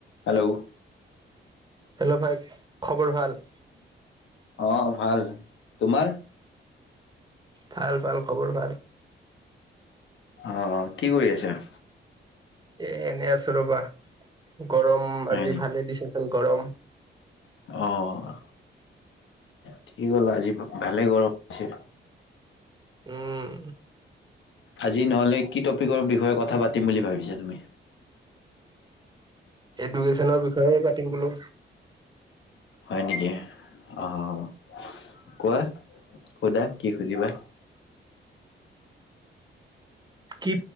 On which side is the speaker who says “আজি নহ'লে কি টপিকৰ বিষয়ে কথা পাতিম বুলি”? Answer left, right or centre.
Left